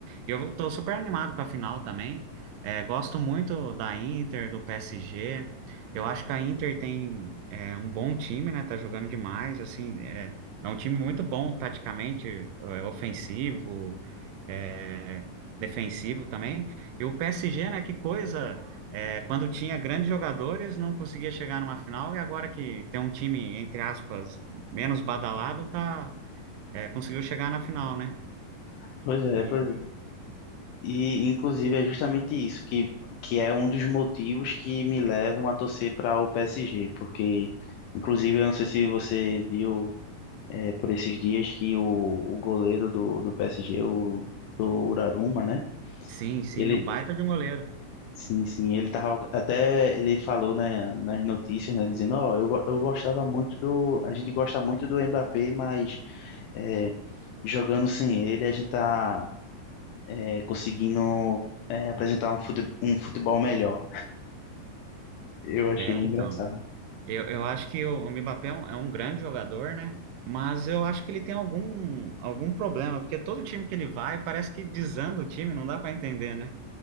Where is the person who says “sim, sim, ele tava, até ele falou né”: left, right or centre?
Left